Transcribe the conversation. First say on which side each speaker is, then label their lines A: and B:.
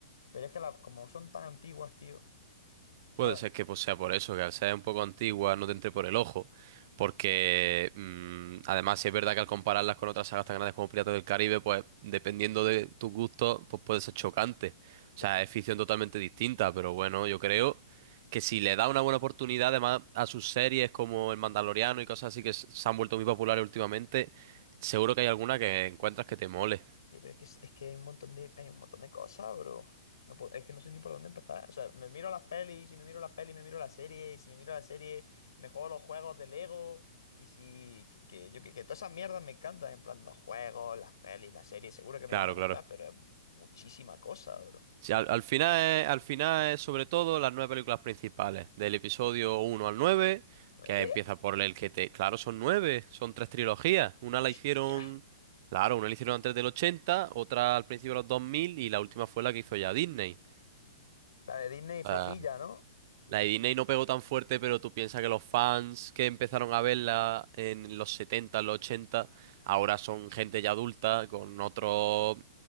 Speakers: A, on the left; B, on the right.
A: Pero es que la- como son tan antiguas, tío, ¿sabes?
B: Puede ser que pues, sea por eso, que al ser un poco antigua no te entre por el ojo, porque mm, además sí es verdad que al compararlas con otras sagas tan grandes como Piratas del Caribe, pues dependiendo de tus gustos, pues puede ser chocante.
A: Ya,
B: O sea, es ficción totalmente distinta, pero bueno, yo creo que si le da una buena oportunidad además a sus series como El Mandaloriano y cosas así que s- se han vuelto muy populares últimamente, seguro que hay alguna que encuentras que te mole.
A: tío, pero es que, es es que hay un montón de, hay un montón de cosas, bro. No puedo- es que no sé ni por dónde empezar. O sea, me miro las pelis, y si me miro las pelis, me miro la serie, y si me miro la serie, me juego los juegos de Lego, y si... Que, que yo, que, que todas esas mierdas me encantan, en plan, los juegos, las pelis, las series, seguro que me
B: Claro,
A: van a gustar,
B: claro.
A: pero es muchísima cosa, bro.
B: Sí, al, al final es, al final es sobre todo las nueve películas principales, del episodio uno al 9,
A: ¿Nueve?
B: que empieza por el que te... Claro, son nueve, son tres trilogías. Una
A: Hostia.
B: la hicieron... Claro, una la hicieron antes del 80, otra al principio de los 2000 y la última fue la que hizo ya Disney.
A: La de Disney flojilla,
B: O sea,
A: ¿no?
B: la de Disney no pegó tan fuerte, pero tú piensas que los fans que empezaron a verla en los 70, en los 80, ahora son gente ya adulta, con otros